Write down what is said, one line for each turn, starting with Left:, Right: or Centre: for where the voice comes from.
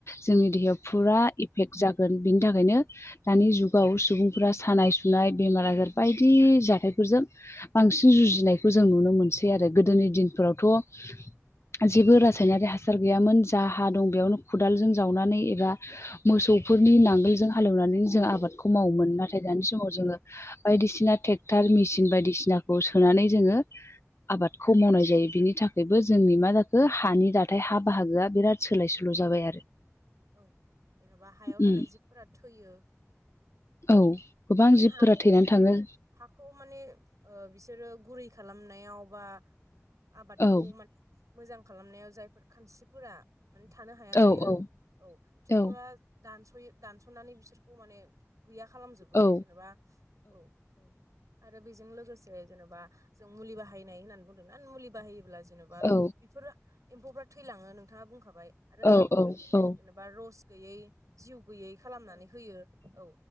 Left: जोंनि देहायाव फुरा इफेक्ट जागोन बिनि थाखायनो दानि जुगाव सुबुंफोरा सानाय सु नाय बेमार आजार बायदि जाथायफोरजों बांसिन जुजिनायखौ जों नुनो मोनसै आरो गोदोनि दिनफोरावथ' जेबो रासायनारि हासार गैयामोन जा हा दं बेयावनो खदालजों जावनानै एबा मोसौफोरनि नांगोलजों हालेवनानै जों आबादखौ मावोमोन नाथाय दानि समाव जोङो बायदिसिना टेक्टार मेसिन बायदिसिनाखौ सोनानै जोङो आबादखौ मावनाय जायो बिनि थाखायबो जोंनि मा जाखो हानि दाथाय हा बाहागोआ बिराद सोलाय सोल' जाबाय आरो।
Right: औ जेन'बा हायाव
Left: उम
Right: थानाय जिबफोरा थैयो।
Left: औ गोबां
Right: माने
Left: जिबफोरा
Right: हाखौ
Left: थैनानै थाङो।
Right: औ हाखौ माने बिसोरो ओ गुरै खालामनायाव बा आबादखौ
Left: औ
Right: माने मोजां खालामनायाव जायफोर खानस्रिफोरा माने थानो हाया
Left: औ
Right: जायो
Left: औ
Right: औ ट्रेक्टरा
Left: औ
Right: दानस'यो दानस'नानै बिसोरखौ माने गैया खालाम
Left: औ
Right: जेनेबा औ। आरो बेजों लोगोसे जेन'बा जों मुलि बाहायनाय होननानै बुंदों ना मुलि बाहायोब्ला जेन' बा बेफोरो
Left: औ
Right: एम्फौफोरा थैलाङो नोंथाङा बुंखाबाय आरो
Left: औ
Right: हाखौ
Left: औ
Right: जेनेब बा रस गैयै जिउ गैयै खालामनानै होयो औ